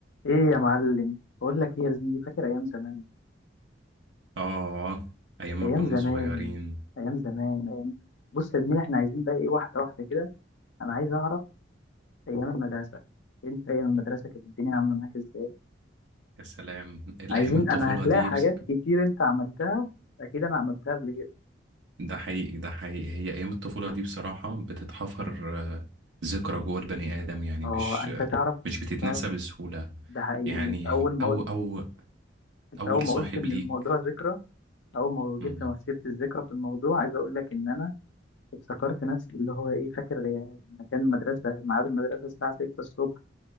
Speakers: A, on the left (about 75°); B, on the right (about 70°).
A: ايه يا معلم بقول لك ايه يا زميلي فاكر ايام زمان
B: آه أيام
A: ايام
B: ما كنا
A: زمان
B: صغيرين
A: ايام زمان ايام بص يا زميلي احنا عايزين بقى ايه واحده واحده كده انا عايز اعرف ايام المدرسه انت ايام المدرسه كانت الدنيا عامله معاك ازاي
B: يا سلام الأيام
A: عايزين
B: الطفولة
A: انا هتلاقي
B: دي
A: حاجات
B: بس...
A: كتير انت عملتها اكيد انا عملتها قبل كده
B: ده حقيقي ده حقيقي هي أيام الطفولة دي بصراحة بتتحفر آه، ذكرى جوه البني آدم يعني
A: اه
B: مش
A: انت
B: آه،
A: تعرف
B: مش
A: انت
B: بتتنسى
A: تعرف
B: بسهولة
A: ده حقيقي
B: يعني
A: انت اول ما
B: أو
A: قلت
B: أو
A: انت
B: أول
A: اول ما
B: صاحب
A: قلت ان
B: ليك
A: الموضوع <laughs> ذكرى اول ما
B: مم،
A: جبت مسيره الذكرى في الموضوع عايز اقول لك ان انا افتكرت نفسي اللي هو ايه فاكر لما كان المدرسه ميعاد المدرسه الساعه 6 الصبح